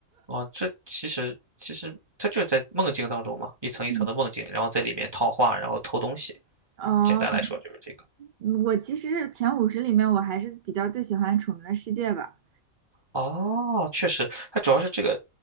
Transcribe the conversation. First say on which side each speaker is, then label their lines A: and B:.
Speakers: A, on the right; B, on the right.
A: 哦，这其实其实它就是在梦境当中嘛，一层一层的梦境，
B: 嗯
A: 然后在里面套话，然后偷东西。
B: 哦，
A: 简单来说就是这个。
B: 我其实前五十里面我还是比较最喜欢《楚门的世界》吧，
A: 哦，确实，它主要是这个，